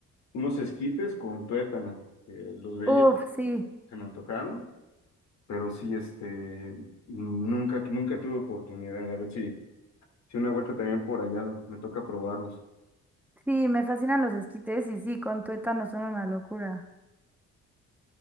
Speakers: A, on the left; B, in the centre.
A: unos esquites con tuétano, que los veía,
B: <laughs> Uf, sí,
A: se me antojaron, pero sí, este, nunca, nunca tuve oportunidad. A ver si, si una vuelta también por allá me toca probarlos.
B: sí, me fascinan los esquites y sí, con tuétano son una locura.